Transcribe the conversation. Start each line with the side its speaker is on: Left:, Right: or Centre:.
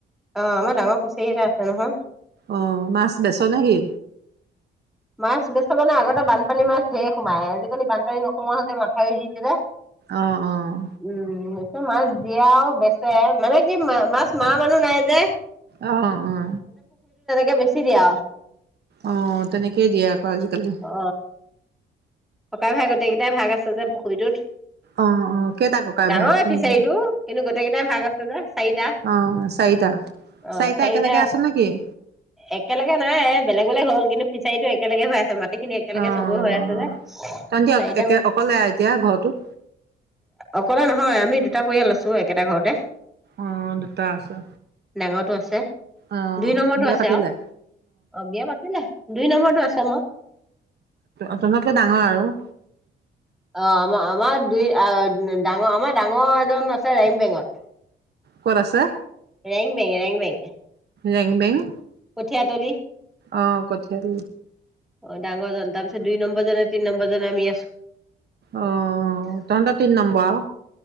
Centre: আহ আমাৰ ডাঙৰ <unintelligible> খিচাৰী এটা আছে নহয়
Right: অ', মাছ বেচ নেকি?
Centre: মাছ বস্ত ম নে আগতে বানপানী মাছ ধেৰ সোমায়ে আজিকালি বানপানী নোসোমোৱা হলে মাথাউৰি দিলে যে
Right: অ', অ',
Centre: উম এ মাছ বিয়াও বেচে মানে কি মাছ মানে মানুহ নাই যে
Right: আহ অ
Centre: ে বেছি দিয়া
Right: অ তেনেকেইে দিয়ে আকৌ আজিকালি
Centre: অ ককাই ভাই গোটেইকেইটাই ভাগ আছে যে পুখুৰীটোত
Right: অ', অ', কেইটা ককাই
Centre: ডাঙৰ
Right: ভাই? উম,
Centre: ফিচাৰীটো কিন্তু গোটেই কেইটাই ভাগ আছে যে চাৰিটা
Right: অ', চাৰিটা।
Centre: অ চাৰিটা
Right: একেলগে আছ নেকি?
Centre: একেলগে নাই বেলেগ বেলেগ হল কিন্তু সিচাৰিটো একলগে হৈ আছে মাটি খিনি একেলগে
Right: অ',
Centre: চব হৈ আছে যে
Right: তহতি
Centre: চাৰিটা
Right: একে অকলে এতিয়া ঘৰটোত?
Centre: অকলে নহয় আমি দুটা পৰিয়াল আছো একেটা ঘৰতে
Right: অ দুটা আছে
Centre: ডাঙটো আছে
Right: অ',
Centre: দুই নম্বৰৰতটো
Right: বিয়া
Centre: আছে
Right: পাতিলে?
Centre: আৰু অ বিয়া পাতিলে দুই নম্বৰটো আছে মই
Right: অটনো ডাঙৰ আৰু
Centre: অ আমাৰ আমাৰ দুই আহ ডাঙৰ আমাৰ ডাঙৰ এজন আছে ৰিম বেঙত
Right: ক'ত আছে
Centre: ৰাৰেং বেংে <unintelligible> ৰাং বেংগে
Right: ৰেং বেং
Centre: উঠিয় আ তলি
Right: অ কঠাল
Centre: অ ডাঙৰ জনন্ততা আ দুই নম্বৰ জ তিনি নম্বৰ জনে আমি আছো
Right: অ', তহঁতৰ তিনি নম্বৰ আৰু